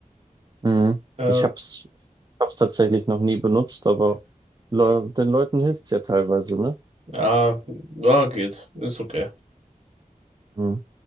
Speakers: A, on the right; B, on the right.
A: Mhm.
B: Äh,
A: Ich hab's, ich hab's tatsächlich noch nie benutzt, aber Le den Leuten hilft's ja teilweise, ne?
B: ja, ja, geht. Ist okay.
A: Mhm.